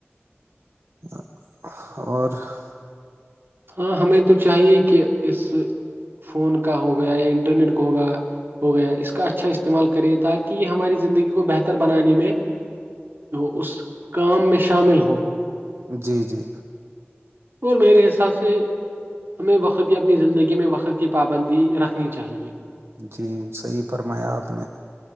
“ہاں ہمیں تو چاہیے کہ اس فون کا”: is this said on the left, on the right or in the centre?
Right